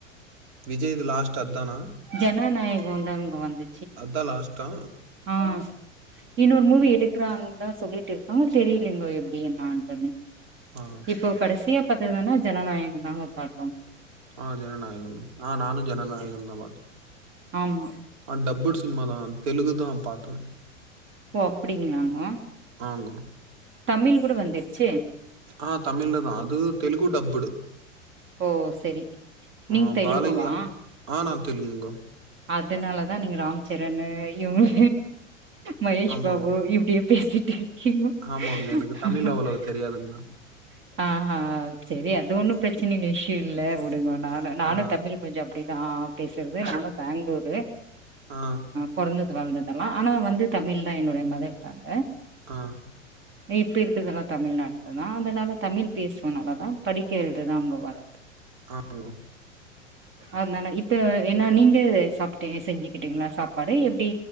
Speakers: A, on the right (about 50°); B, on the right (about 30°).
A: விஜய்து லாஸ்ட் அத்தானா
B: ஜனநாயகோ தாங் வந்து
A: அத்தா லாஸ்ட்டா
B: அ இன்னொர் மூவி எடுக்றாங் தா சொல்லிட் இருக்காங்க தெரியிலங்கோ எப்புடி என்னாடுனு
A: ஆ
B: இப்போ கடசியா பாத்ததுதுனா ஜனநாயகம் தாங்க பாத்தோ
A: ஆ ஜனநாயகன் ஆ நானு ஜனநாயகன் தா பாத்
B: ஆமா
A: ஆ டப்புட் சின்மா தா தெலுகுதா பாத்த
B: ஓ அப்புடிங்களாங்க
A: ஆங்க
B: தமிழ் கூட வந்துர்ச்சே
A: ஆ தமிழ்ல்ல தா அது தெலுகூ டப்புடு
B: ஓ சரிங்க நீங்க
A: ஆ
B: தெலுகூவா
A: பாலையா ஆ நா தெலுங்க
B: அதுனாலதா நீங்க ராம்ச்சரணு ஜயோ ம் மகேஷ்பாபு
A: ஆமாங்க
B: இப்டியே பேசிட்டு க்யூ
A: ஆமாங்க எனக்கு
B: <unintelligible>
A: தமிழ் அவ்வளவு தெரியாதுங்க
B: ஆ செரி அது ஒண்ணு பிரச்சன இல்ல இஷ்யூ இல்ல வுடுங்க நானும் நானும்
A: ஆ
B: தமிழ் கொஞ்சம் அப்படிளதான் பேசுறது நானும் பெங்ளூரு
A: ஆ
B: பொறந்தது வளர்ந்ததெல்லா ஆனா வந்து தமிழ் தான் என்னுடைய மதர் டங்
A: ஆ
B: ஈப்ப இருக்கதெல்லா தமிழ்நாட்ல தா அதனால தமிழ் பேசுவே நல்லா தா படிக்க எழுத தா அங்க வர
A: ஆங்க
B: அதனால இப்ப என்னா நீங்க சாப்ட்டு செஞ்சுக்கிட்டீங்ளா சாப்பாடு எப்டி